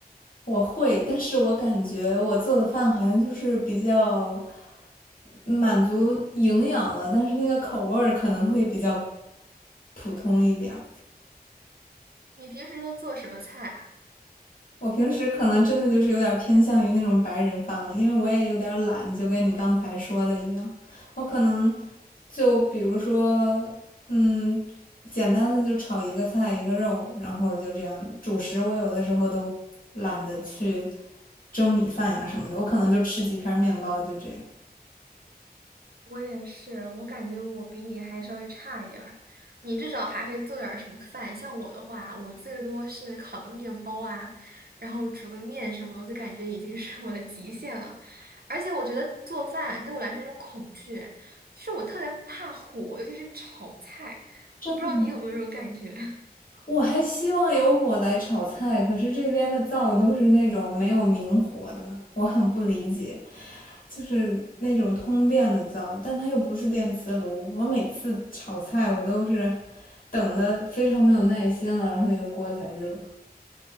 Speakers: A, on the left (about 60°); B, on the right (about 70°).
A: 我会，但是我感觉我做的饭好像就是比较满足营养了，但是那个口味儿可能会比较普通一点儿。
B: 你平时都做什么菜啊？
A: 我平时可能真的就是有点偏向于那种白人饭了，因为我也有点懒，就跟你刚才说的一样，我可能就比如说，嗯，简单的就炒一个菜一个肉，然后就这样。主食我有的时候都懒得去蒸米饭呀什么的，我可能就吃几片面包就这样。
B: 我也是，我感觉我比你还稍微差一点儿，你至少还会做点儿什么饭。像我的话，我最多是烤个面包啊，然后煮个面什么的，我就感觉已经是我的极限了。而且我觉得做饭对我来说是一种恐惧，就是我特别怕火，尤其是炒菜。
A: 真的吗？
B: 我不知道你有没有这种感觉。
A: 我还希望有火来炒菜，可是这边的灶都是那种没有明火的，我很不理解，就是那种通电的灶，但它又不是电磁炉。我每次炒菜，我都是等的非常没有耐心了，然后那个锅才热。